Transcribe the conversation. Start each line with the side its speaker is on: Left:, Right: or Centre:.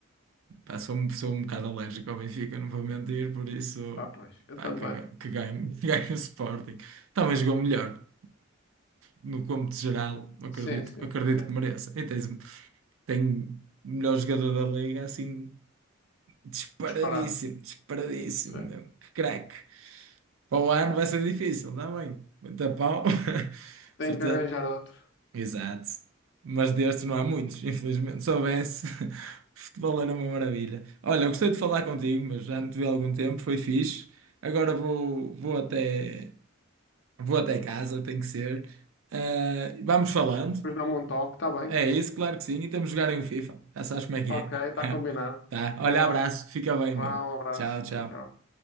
Right: Pá, sou, um- sou um bocado alérgico ao Benfica, não vou mentir, por isso,
Left: Ah, pois, eu
Right: pá,
Left: também.
Right: que, ga- que ganho, <laughs> que ganho o Sporting. Talvez jogou melhor, no cômputo geral, acredito,
Left: Sim, sim,
Right: acredito
Left: sim.
Right: que mereça. E tens, tem o melhor jogador da liga, assim, disparadíssimo,
Left: Disparado.
Right: disparadíssimo,
Left: Sim.
Right: mesmo. que craque. Para o ano vai ser difícil, está bem, muita pau, <laughs>
Left: Tenho
Right: certeza.
Left: que arranjar outro.
Right: Exato. Mas destes não há muitos, infelizmente. Se soubesse, <laughs> futebol era uma maravilha. Olha, eu gostei de falar contigo, mas já não te vi há algum tempo, foi fixe. Agora vou, vou até, vou até casa, tem que ser. Ah, vamos falando.
Left: Depois dá-me um toque, está bem.
Right: É isso, claro que sim. E temos de jogar em um FIFA. Já sabes como é que
Left: Ok,
Right: é.
Left: está
Right: <laughs>
Left: combinado.
Right: Tá.
Left: Então
Right: Olha,
Left: vá.
Right: abraço. Fica bem,
Left: Vá,
Right: meu.
Left: um abraço.
Right: Tchau, tchau.
Left: Tchau, tchau.